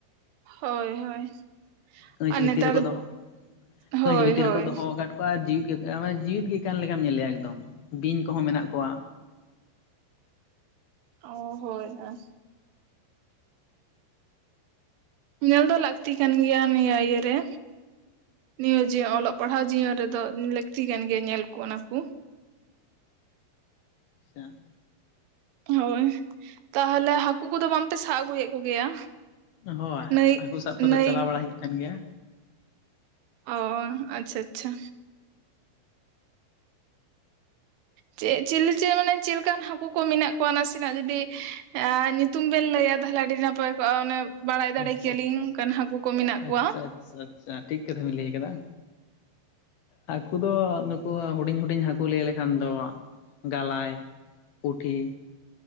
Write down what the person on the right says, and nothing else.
ᱦᱳᱭ ᱦᱳᱭ
ᱟᱨ
ᱱᱮᱛᱟᱨ
ᱦᱳᱭ
ᱦᱳᱭ
ᱚ ᱦᱳᱭ ᱟᱨ ᱧᱮᱞ ᱫᱚ ᱞᱟᱹᱠᱛᱤ ᱠᱟᱱ ᱜᱮᱭᱟ ᱱᱤᱭᱟᱹ ᱤᱭᱟᱹ ᱨᱮ ᱱᱤᱭᱟᱹ ᱡᱮ ᱚᱞᱚᱜ ᱯᱟᱲᱦᱟᱣ ᱡᱤᱭᱚᱱ ᱨᱮᱫᱚ ᱞᱟᱹᱠᱛᱤ ᱠᱟᱱ ᱜᱮᱭᱟ ᱧᱮᱞ ᱠᱚ ᱚᱱᱟ ᱠᱚ᱾
ᱦᱳᱭ ᱛᱟᱦᱚᱞᱮ ᱦᱟᱹᱠᱩ ᱠᱚᱫᱚ ᱵᱟᱝᱛᱮ ᱥᱟᱵ ᱟᱹᱜᱩᱭᱮᱫ ᱠᱚᱜᱮᱭᱟ?
ᱱᱟᱹᱭ
ᱱᱟᱹᱭ
ᱚ ᱟᱪᱪᱷᱟ ᱟᱪᱪᱷᱟ ᱪᱮᱫ ᱪᱤᱞᱤ ᱢᱟᱱᱮ ᱪᱮᱫ ᱞᱮᱠᱟᱱ ᱦᱟᱹᱠᱩ ᱠᱚ ᱢᱮᱱᱟᱜ ᱠᱚᱣᱟ ᱱᱟᱥᱮᱱᱟᱜ ᱡᱩᱫᱤ ᱮ ᱧᱩᱛᱩᱢ ᱵᱮᱱ ᱞᱟᱹᱭᱟ ᱛᱟᱦᱞᱮ ᱟᱹᱰᱤ ᱱᱟᱯᱟᱭ ᱠᱚᱜᱼᱟ, ᱚᱱᱮ ᱵᱟᱲᱟᱭ ᱫᱟᱲᱮ
ᱠᱮᱭᱟᱞᱤᱧ ᱚᱱᱠᱟᱱ ᱦᱟᱹᱠᱩ ᱠᱚ ᱢᱮᱱᱟᱜ ᱠᱚᱣᱟ᱾